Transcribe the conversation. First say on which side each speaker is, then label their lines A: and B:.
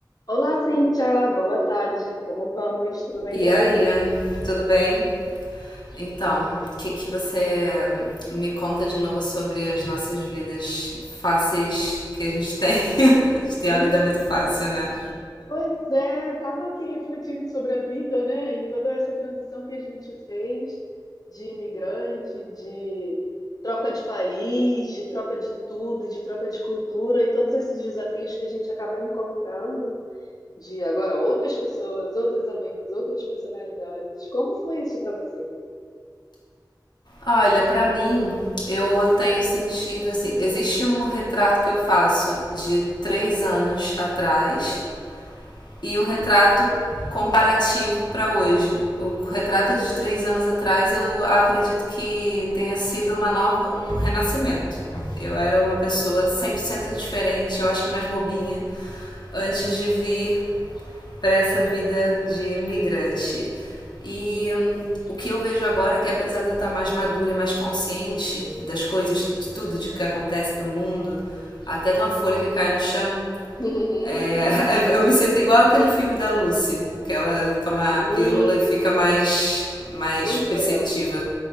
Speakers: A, on the left (about 55°); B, on the left (about 70°).
A: Olá, Cíntia, boa tarde, como vamos? Tudo bem
B: E
A: por
B: aí,
A: aí?
B: tudo bem? Então, o que que você me conta de novo sobre as nossas vidas fáceis que a gente tem? <laughs> A gente tem
A: Menina,
B: uma vida muito fácil, né?
A: Pois é, estava aqui refletindo sobre a vida, né? E toda essa transição que a gente fez de imigrante, de troca de país, de troca de tudo, de troca de cultura e todos esses desafios que a gente acaba encontrando de agora outras pessoas, outros amigos, outras personalidades. Como foi isso para você? <laughs>
B: Olha, pra mim, eu tenho sentido assim. Existe um retrato que eu faço de três anos atrás e um retrato comparativo para hoje. O retrato de três anos atrás eu acredito que tenha sido uma nova, um renascimento. Eu era uma pessoa 100% diferente, eu acho que mais bobinha, antes de vir para essa vida de imigrante. E hum, o que eu vejo agora é que apesar de eu estar mais madura e mais consciente das coisas, de tudo de que acontece do mundo, até de uma folha que cai no chão,
A: Uhum.
B: é, <laughs> eu me sinto igual aquele filme da Lucy, que ela toma
A: Sim,
B: a pílula e fica mais, mais
A: muito
B: perceptiva.
A: legal.